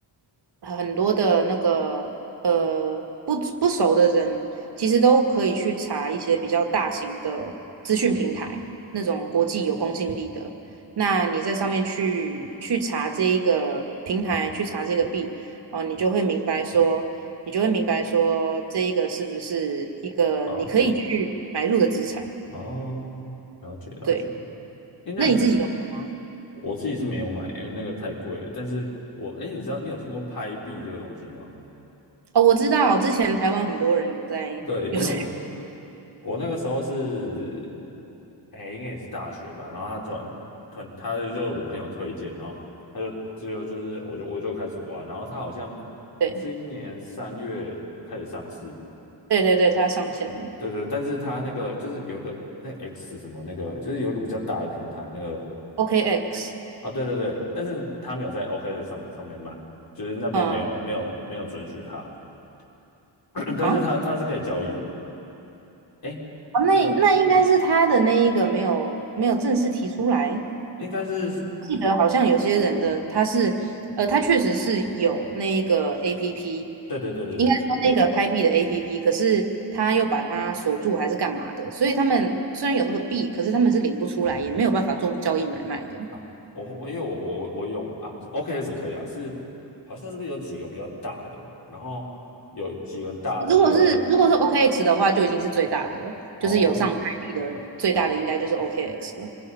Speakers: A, on the right; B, on the left.
A: 很多的那个呃不不熟的人，其实都可以去查一些比较大型的资讯平台，那种国际有公信力的。那你在上面去去查这一个平台，去查这个币，哦、你就会明白说，你就会明白说，这一个是不是一个你可以去买入的资产？
B: 哦，对，哦，了解了解。
A: 对，
B: 诶，那
A: 那你自己有买吗？
B: 我自己是没有买，因为那个太贵了。但是我，诶，你知道你有听过拍币这个东西吗？
A: 哦，我知道，之前台湾很多人有在有在，
B: 对，因为我我那个时候是，哎，应该也是大学吧。然后他转他他就是我朋友推荐，然后他就就就是我就我就开始玩，然后他好像
A: 对
B: 今年三月开始上市，
A: 对对对，它上线了
B: 对对，但是它那个就是有一个那个 X 什么那个，就是有一个比较大的平台那个
A: ，OKX。
B: 啊，对对对，但是它没有在 OK 的上上面卖，就是那边没有没有没有准许它，
A: 嗯啊，
B: <clears throat> 但是它它是可以交易的。
A: 啊
B: 哎，
A: 那那应该是他的那一个没有没有正式提出来。
B: 应该应该是，
A: 记得好像有些人的他是，呃，他确实是有那一个 APP，
B: 对对对对对
A: 应该说那个拍币的 APP，可是他又把它锁住还是干嘛的，所以他们虽然有那个币，可是他们是领不出来，也没有办法做交易买卖的。
B: 啊，我我因为我我我有嘛啊是 o k s 可以啊，是好像是不是有几个比较大的，然后有几个大的那个
A: 如果是如果是 OKX 的话，就已经是最大的了，
B: 哦，
A: 就是有上拍币的最大的应该就是 OKX 了，